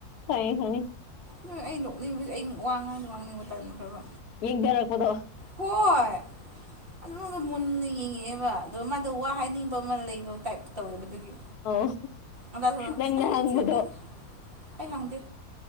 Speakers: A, on the left; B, on the right.
A: ꯀꯩ ꯍꯥꯏꯅꯤ
B: ꯅꯣꯏ ꯑꯩ ꯅꯣꯛꯅꯤꯡꯕꯁꯦ ꯑꯩ ꯋꯥ ꯉꯥꯡꯗꯤ ꯉꯥꯡꯅꯤꯡꯕ ꯇꯟꯈ꯭ꯔꯕ
A: ꯌꯦ ꯗꯔꯛꯄꯗꯣ
B: ꯍꯣꯏ ꯑꯗꯨꯒ ꯃꯨꯟꯅ ꯌꯦꯡꯉꯛꯑꯦꯕ ꯑꯗꯣ ꯃꯥꯗꯣ ꯋꯥ ꯍꯥꯏꯅꯤꯡꯕ ꯑꯃ ꯂꯩꯕ ꯇꯥꯏꯞ ꯇꯧꯋꯦꯕ ꯑꯗꯨꯒꯤ
A: ꯑꯧ
B: ꯑꯗ ꯁꯨꯝ
A: ꯅꯪꯅ
B: ꯑꯩ
A: ꯍꯪꯕꯗꯣ
B: ꯆꯠꯂꯒꯦ ꯑꯩ ꯍꯪꯗꯦ